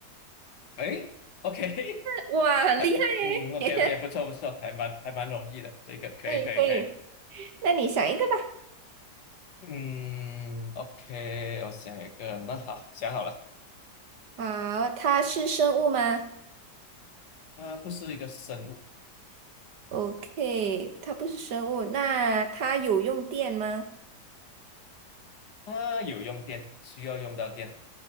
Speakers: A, on the left; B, on the right.
A: 哎，OK，
B: 哇，很厉害
A: 还嗯，OK
B: 耶！
A: OK，不错不错，还蛮还蛮容易的，这个可以可以可以。
B: <laughs> 可以可以，那你想一个吧。
A: 嗯，OK，我想一个，那好，想好了，
B: 好，它是生物吗
A: 啊，不是一个生物，
B: ？OK，它不是生物。那它有用电吗？
A: 它有用电，需要用到电。